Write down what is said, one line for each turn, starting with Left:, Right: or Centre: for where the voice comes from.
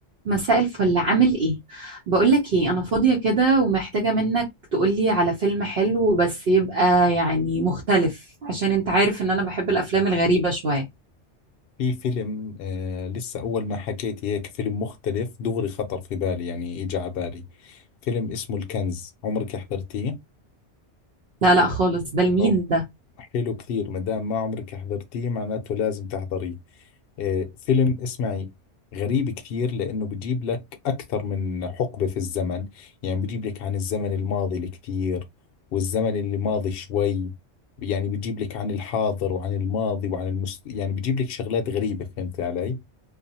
Right: مساء الفل عامل ايه بقولك ايه انا فاضية كده ومحتاجة منك تقولي على فيلم حلو بس يبقى يعني مختلف عشان انت عارف ان انا بحب الافلام الغريبة شوية
Left: في فيلم آه لسه أول ما حكيت هيك فيلم مختلف دغري خطر في بالي يعني إجا على بالي فيلم اسمه الكنز عمرك حضرتيه؟
Right: لا لا خالص ده المين
Left: أو
Right: ده
Left: حلو كثير ما دام ما عمرك حضرتيه معناته لازم تحضريه آه فيلم اسمعي غريب كثير لأنه بجيب لك أكثر من حقبة في الزمن يعني بجيب لك عن الزمن الماضي الكثير والزمن اللي ماضي شوي يعني بجيب لك عن الحاضر وعن الماضي وعن المست... يعني بجيب لك شغلات غريبة فهمت علي؟